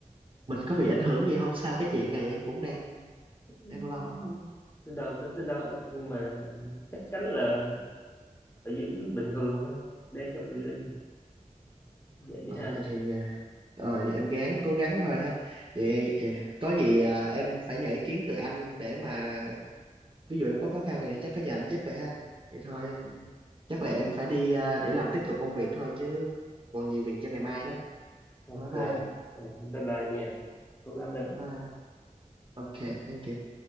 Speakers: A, on the right; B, on the left.
A: mình có bị ảnh hưởng gì không sau cái chuyện này em cũng đang
B: Ừm,
A: đang lo
B: tới đâu tính tới đó nhưng mà chắc chắn là phải giữ bình thường thôi đang trong release vậy đi
A: ờ
B: ha
A: vậy thì ờ ờ, vậy em gắng cố gắng thôi ha vậy, vậy có gì ờ, em phải nhờ ý kiến từ anh để mà ví dụ em có khó khăn gì thì chắc phải nhờ anh giúp vậy ha anh vậy thôi chắc là em phải đi à, để làm tiếp tục công việc thôi chứ còn nhiều việc cho ngày mai lắm.
B: ok
A: Nói bye anh.
B: Rồi, bye bye nha cố gắng lên
A: Bye. anh. Ok, thank you.